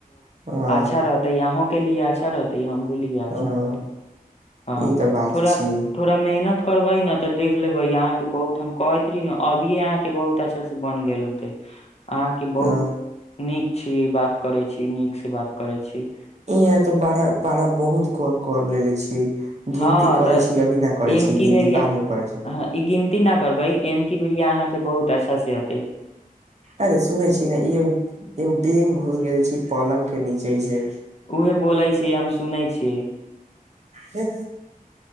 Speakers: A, on the right (about 50°); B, on the left (about 45°).
A: हँ
B: अच्छा रहतै अहुं कनि अच्छा रहतै हम। खुली अच्छा
A: हँ
B: रहतै हां
A: ई तऽ बात
B: थोड़ा
A: छियै
B: थोड़ा मेहनत। करबै ने त देख लेबै अहाँके बहुत, हम कहैत रहि ने अभिये अहाँके बहुत अच्छा से बनि गेल होते। अहाँके बहुत,
A: हँ
B: नीक छियै बात करै छियै नीक से बात। करै छियै।
A: यहाँ त बड़ा बड़ा बहुत काल कर लेेने छियै। गिनती
B: हँ
A: करै
B: तऽ
A: छी अभी न करै
B: एमकी
A: छी गिनती
B: बेरिया
A: बाद मे करै छी
B: हँ ई गिनती नहि करबै एमकी बेरिया अहाँके बहुत अच्छासँ हत <unintelligible>
A: अरे सुनै छीय ने एगो एगो बैंग घुस गेल छीय। पलङ्गके नीचेसँ
B: उहे बोलै छियै हम सुनै छियै।
A: हुं।